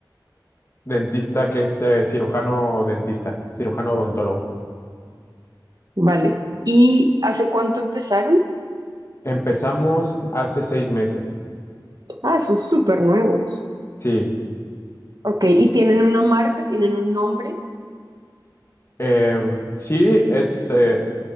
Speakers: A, on the left; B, on the right.
A: dentista que es eh, cirujano dentista, cirujano odontólogo.
B: vale. ¿Y hace cuánto empezaron?
A: Empezamos hace seis meses.
B: Ah, son súper nuevos.
A: Sí,
B: Ok, ¿y tienen una marca? ¿Tienen un nombre?
A: Eh, sí, es, eh,